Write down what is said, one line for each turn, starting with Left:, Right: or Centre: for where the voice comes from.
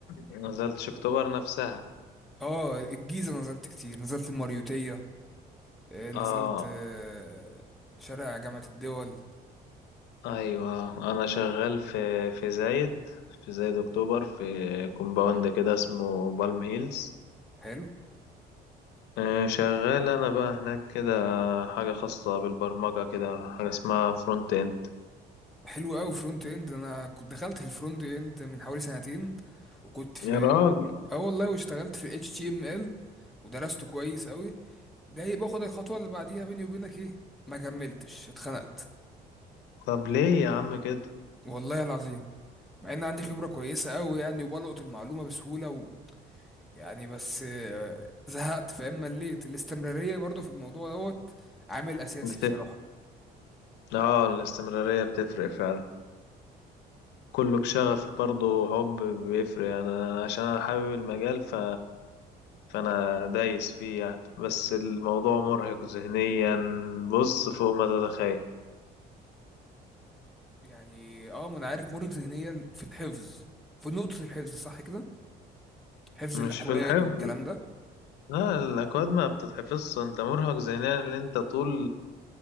Left: ما نزلتش اكتوبر نفسها
Centre: اه الجيزه نزلت كتير نزلت الماريوتيه آه، نزلت
Left: اه
Centre: آه، شارع جامعة الدول
Left: ايوه انا شغال في في زايد في زايد اكتوبر في كومباوند كده اسمه بالم هيلز
Centre: حلو
Left: آه، شغال انا بقى هناك كده حاجه خاصه بالبرمجه كده حاجه اسمها فرونت اند
Centre: حلو قوي فرونت اند انا كنت دخلت في الفرونت اند من حوالي سنتين وكنت في
Left: يا راجل
Centre: اه والله واشتغلت في اتش تي ام ال ودرسته كويس قوي جاي باخد الخطوة اللي بعديها بيني وبينك ايه ما كملتش اتخنقت
Left: طب ليه يا عم كده
Centre: والله العظيم مع ان عندي خبرة كويسة قوي يعني وبلقط المعلومة بسهولة و... يعني بس آه، زهقت فاهم مليت الاستمرارية برضو في الموضوع دوت عامل اساسي
Left: بتفرق
Centre: بصراحة
Left: اه الاستمراريه بتفرق فعلا كله بشغف برضه حب بيفرق انا عشان انا حابب المجال ف فانا دايس فيه يعني بس الموضوع مرهق ذهنيا بص فوق ما تتخيل
Centre: يعني اه ما انا عارف مرهق ذهنيا في الحفظ في نقطة الحفظ صح كده حفظ
Left: مش
Centre: الأكواد
Left: في الحفظ
Centre: والكلام ده
Left: لا الأكواد ما بتتحفظش أنت مرهق ذهنيا إن أنت طول